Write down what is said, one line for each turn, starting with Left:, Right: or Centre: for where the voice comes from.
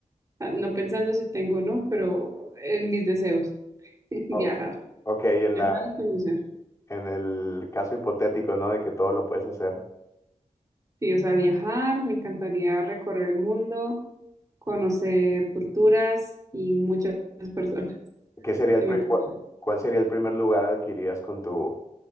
Right: Ah, No pensando si tengo o no, pero en mis deseos, <laughs> viajar,
Left: O- ok, en
Right: viajar
Left: la,
Right: y conocer.
Left: en el caso hipotético, ¿no? De que todo lo puedes hacer.
Right: Sí, o sea, viajar, me encantaría recorrer el mundo, conocer culturas y muchas personas. <laughs>
Left: ¿Qué sería el
Right: Sí,
Left: pri-
Right: me encanta.
Left: cua- cuál sería el primer lugar al que irías con tu